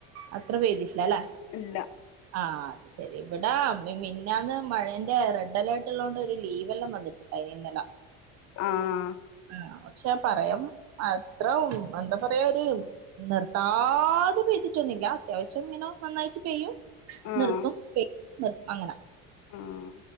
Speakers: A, on the right; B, on the left.
A: അത്ര പെയ്ത്ട്ടില്ലാലെ
B: ഇല്ല
A: ആഹ് അ ശേരി ഇവിടാ മി മിന്നാന്ന് മഴന്റെ റെഡ് അലേർട്ട് ള്ളോൻണ്ട് ഒരു ലീവല്ലാം വന്നിട്ടുണ്ടായിനി ഇന്നല.
B: ആഹ്.
A: ആഹ് പക്ഷെ പറയം എത്ര ഉം എന്താ പറയാ ഒര് നിർത്താതെ പെയ്തിട്ടൊന്നുല്ല്യാ അത്യാവശ്യം ഇങ്ങന നന്നായിട്ട് പെയ്യും.
B: ആഹ്
A: ന്ന്ർത്തും പെയ് ന്ന്ർ അങ്ങനാ.
B: ആഹ്